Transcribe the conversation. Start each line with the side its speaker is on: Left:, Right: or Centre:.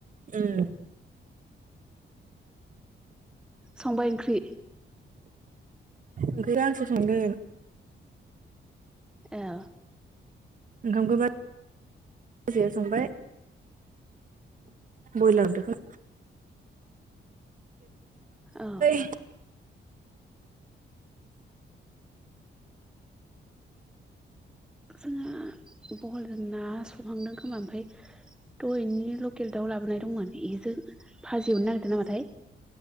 Right: ओम
Centre: संबाय ओंख्रि
Right: ओंख्रिआ आंसो संदों
Centre: ए
Right: ओंखामखौ बाजैया संबाय। बयलार दाउ
Centre: औ
Right: <unintelligible> <unintelligible>
Centre: जोंङो बहलजों ना संहांदों खोमा ओमफाय थ' बिनि लकेल दाउ लाबोनाय दंमोन बेजों भाजि एवनो नागिरदों नामाथाय।